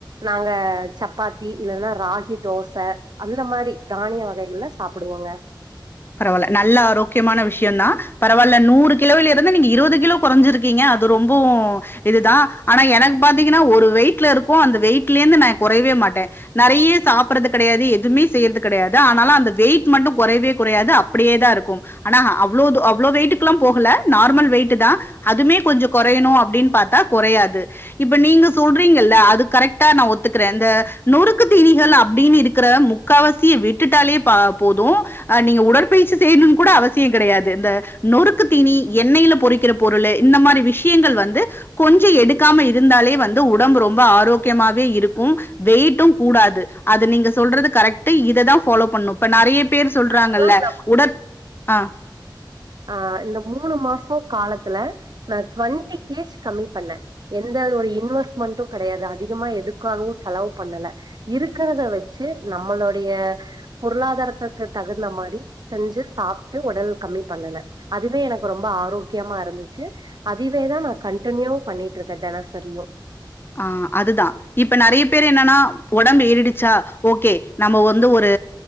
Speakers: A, on the right; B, on the left.
A: நாங்க சப்பாத்தி இல்லனா ராகி தோச அந்த மாரி தானிய வகைகள்ல சாப்புடுவோங்க
B: பரவால்ல நல்ல ஆரோக்கியமான விஷியந்தா பரவால்ல நூறு கிலோவில இருந்து நீங்க இருவது கிலோ கொறஞ்சிருக்கீங்க அது ரொம்பவு இதுதா ஆனா எனக்கு பாத்தீங்கன்னா ஒரு வெயிட்ல இருக்கும் அந்த வெயிட்லிந்து நா கொறயவே மாட்ட நறையா சாப்பறது கெடையாது எதுமே செய்யறது கெடையாது ஆனாலு அந்த வெயிட்டு மட்டும் கொறைவே குறையாது அப்டியே தா இருக்கும் ஆனா அவ்ளோது அவ்ளோ வெயிட்டுக்குல்லா போகல நார்மல் வெயிட்டு தா அதுமே கொஞ்சம் கொறையணும் அப்டின் பாத்தா கொறையாது இப்ப நீங்க சொல்றீங்கல்ல அது கரெக்ட்டா நா ஒத்துக்கிறன் இந்த நொறுக்கு தீணிகள் அப்டின்னு இருக்கறதா முக் காவாசிய விட்டுட்டாலே பா போதும் ஆ நீங்க உடற்பயிற்சி செய்னுன்னு கூட அவசியம் கெடயாது இந்த நொறுக்கு தீனி எண்ணையில பொறிக் கிற பொருளு இந்த மாரி விஷியங்கள் வந்து கொஞ்சம் எடுக்காம இருந்தாலே வந்து உடம்பு ரொம்ப ஆரோக்கியமாவே இருக்கும் வெயிட்டும் கூடாது அது நீங்க சொல்றது கரெக்ட்டு இத தா ஃபாலோ பண்ணும் இப்ப நறையா பேர் சொல்றாங்க
A: ஆக்சுவலா
B: இல்ல
A: நா
B: உடற் ஆ
A: அ இந்த மூணு மாசம் காலத்துல நா டுவண்ட்டி கேஜ் கம்மி பண்ண எந்த ஒரு இன்வெஸ்ட்மெண்ட்டும் கெடயாது அதிகமா எதுக்காகவு செலவு பண்ணல இருக்கறத வச்சு நம்மளுடைய பொருளாதாரத்துக்கு தகுந்த மாதிரி செஞ்சு சாப்ட்டு உடல் கம்மி பண்ணுன அதுவே எனக்கு ரொம்ப ஆரோக்கியமா இருந்துச்சு அதுவே தா நா கண்டனியூ பண்ணிட்டு இருக்க தினசரியு
B: ஆ அதுதா இப்ப நெறைய பேர் என்னன்னா ஒடம்பு ஏறிடுச்சா ஓகே நம்ம வந்து ஒரு